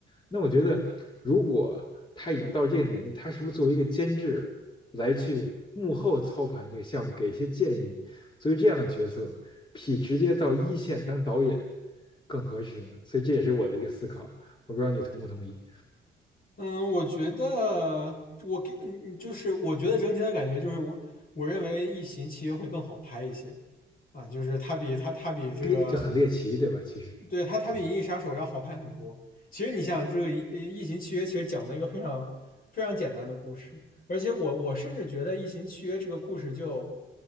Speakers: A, on the left; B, on the left.
A: 那我觉得，如果他已经到这个年纪，他是不是作为一个监制来去幕后操盘这个项目，给一些建议？作为这样的角色，比直接到一线当导演更合适呢？所以这也是我的一个思考，我不知道你同不同意。
B: 嗯，我觉得我给你就是我觉得整体的感觉就是我我认为《异形》契约》会更好拍一些啊，就是它比它它比这个，
A: 猎就很猎奇，对吧？其实，
B: 对它它比《银翼杀手》要好拍很多。
A: 嗯，
B: 其实你想，这个《异呃异形契约》其实讲了一个非常非常简单的故事，而且我我甚至觉得《异形契约》这个故事就